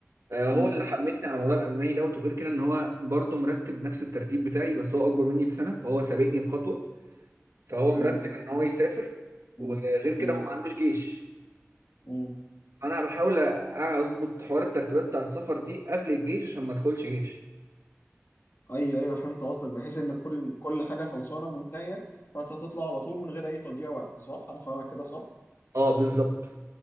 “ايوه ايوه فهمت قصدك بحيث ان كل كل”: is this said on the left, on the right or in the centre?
Left